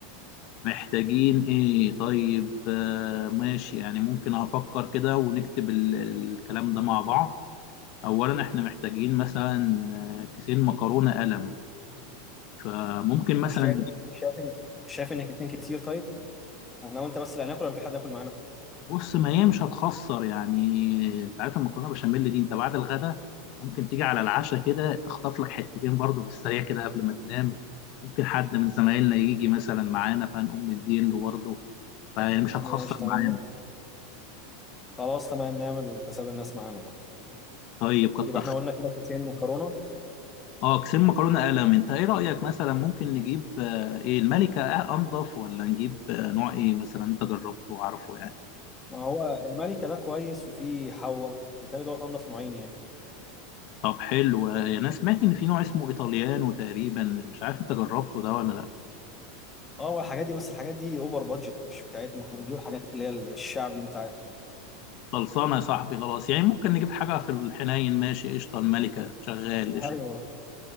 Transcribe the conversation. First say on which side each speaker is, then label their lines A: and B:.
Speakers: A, on the left; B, on the left.
A: محتاجين ايه طيب آه، ماشي يعني ممكن هفكر كده ونكتب ال- الكلام ده مع بعض اولا احنا محتاجين مثلا آه، كيسين مكرونة قلم فممكن مثلا
B: مش شايف
A: نجيب
B: مش شايف ان مش شايف ان اتنين كتير طيب انا وانت بس اللي هناكل ولا في حد هياكل معانا
A: بص ما هي مش هتخسر يعني انت عارف المكرونه بشاميل دي انت بعد الغدا ممكن تيجي على العشاء كده تخطف لك حتتين برضو بالسريع كده قبل ما تنام ممكن حد من زمايلنا يجي مثلا معانا فنقوم مدين له برضه فيعني مش هتخسر
B: ماشي تمام
A: معانا
B: خلاص تمام نعمل حساب الناس معانا برضه
A: طيب كتر
B: يبقى احنا
A: خير
B: قلنا كده كيسين مكرونه
A: اه كسين مكرونه قلم انت ايه رايك مثلا ممكن نجيب آه، ايه الملكه آه، انضف ولا نجيب آه، نوع ايه مثلا انت جربته وعارفه يعني
B: ما هو الملكة ده كويس وفي حوا بيتهيألي دوت أنضف نوعين يعني
A: طب حلو آه، انا سمعت ان في نوع اسمه ايطاليانو تقريبا مش عارف انت جربته ده ولا لا
B: اه هو الحاجات دي بس الحاجات دي اوفر بادجت مش بتاعتنا احنا بنجيب الحاجات اللي هي الشعب دي انت عارف
A: خلصانه يا صاحبي خلاص يعني ممكن نجيب حاجه في الحنين ماشي قشطه الملكه شغال قشطه
B: ايوه